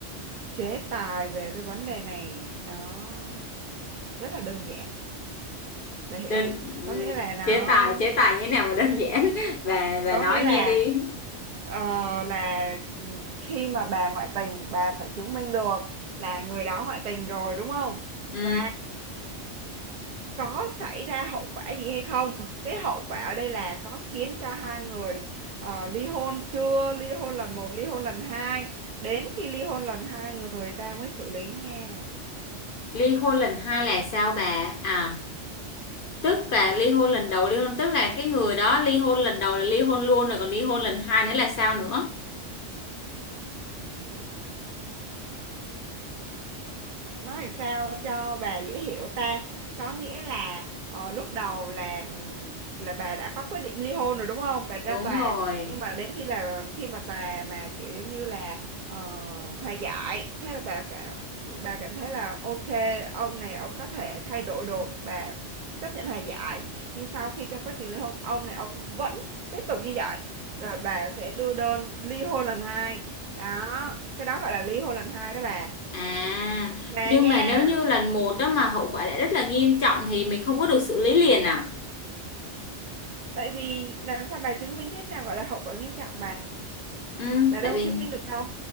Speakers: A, on the right; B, on the left.
A: chế tài về cái vấn đề này nó rất là đơn giản, bà hiểu
B: đơn
A: không? Có
B: ừ,
A: nghĩa là nó
B: chế tài chế tài như thế nào mà đơn giản <laughs> và và
A: có
B: nói
A: nghĩa là
B: nghe đi
A: ờ, là ừ, khi mà bà ngoại tình bà phải chứng minh được là người đó ngoại tình rồi đúng không?
B: ừ
A: Và có xảy ra hậu quả gì hay không cái hậu quả ở đây là có khiến cho hai người ờ, ly hôn chưa ly hôn lần một ly hôn lần hai đến khi ly hôn lần hai người ta mới xử lý nha
B: ly hôn lần hai là sao bà à tức là ly hôn lần đầu ly hôn tức là cái người đó ly hôn lần đầu là ly hôn luôn rồi còn ly hôn lần hai nữa là sao nữa
A: nói sao cho bà dễ hiểu ta có nghĩa là ờ, lúc đầu là là bà đã có quyết định ly hôn rồi đúng không bà ra
B: đúng
A: tòa
B: rồi
A: nhưng mà đến khi là khi mà tòa mà kiểu giống như là ờ, hòa giải thế là bà cả bà cảm thấy là ok ông này ông có thể thay đổi được bà chấp nhận hòa giải nhưng sau khi trong quá trình ly hôn ông này ông vẫn tiếp tục như vậy rồi bà sẽ đưa đơn ly hôn lần hai đó cái đó gọi là ly hôn lần hai đó bà
B: à
A: mà
B: nhưng
A: nha
B: mà nếu như lần một
A: ừ.
B: đó mà hậu quả đã rất là nghiêm trọng thì mình không có được xử lý liền à
A: tại vì làm sao bà chứng minh thế nào gọi là hậu quả nghiêm trọng bà
B: ừ
A: bà đâu
B: tại vì
A: chứng minh được đâu